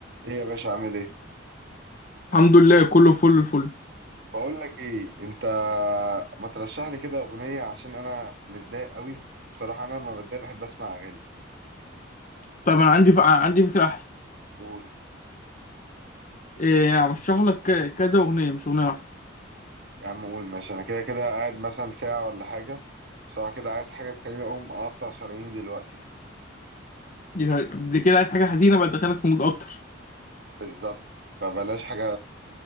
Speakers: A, on the right; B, on the left.
A: ايه يا باشا عامل ايه
B: الحمد لله كله فل الفل
A: بقول لك ايه انت ما ترشح لي كده اغنيه عشان انا متضايق قوي بصراحه انا لما بتضايق بحب اسمع اغاني
B: طب انا عندي ف... عندي فكره احلى
A: قول
B: إيه ارشح لك ك... كذا اغنيه مش اغنيه واحده
A: يا عم قول ماشي انا كده كده قاعد مثلا ساعه ولا حاجه بصراحه كده عايز حاجه تخليني اقوم اقطع شراييني دلوقتي
B: دي, هاي- دي كده عايز حاجه حزينه بقى تدخلك في مود اكتر
A: بالظبط فبلاش حاجه